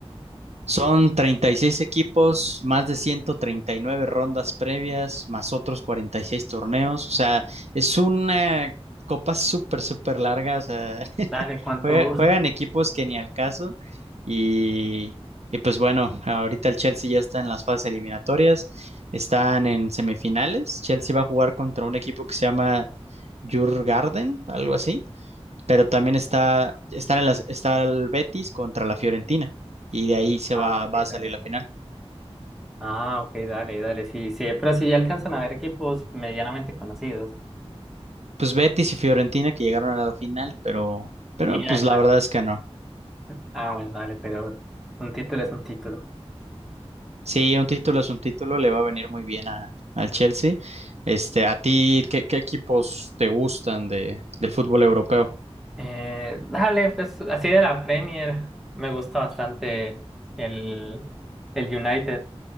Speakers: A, on the right; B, in the centre.
A: Son 36 equipos, más de 139 rondas previas, más otros 46 torneos. O sea, es una copa súper, súper larga. O sea, <laughs>
B: Dale, ¿cuántos?
A: juega- juegan equipos que ni al caso. Y, y pues bueno, ahorita el Chelsea ya está en las fases eliminatorias. Están en semifinales. Chelsea va a jugar contra un equipo que se llama Jurgarden, algo así pero también está, están en las, está el Betis contra la Fiorentina y de ahí se
B: Ah,
A: va,
B: ok,
A: va a salir
B: dale.
A: la final.
B: Ah, ok, dale, dale. Sí, sí, pero sí alcanzan a ver equipos medianamente conocidos.
A: Pues Betis y Fiorentina que llegaron a la final, pero, pero
B: Y,
A: pues
B: ah,
A: la verdad es que no.
B: ah, ah, bueno, dale, pero un título es un título.
A: Sí, un título es un título, le va a venir muy bien a, al Chelsea. Este, ¿a ti qué, qué equipos te gustan de, del fútbol europeo?
B: Eh, dale, pues así de la Premier me gusta bastante el, el United.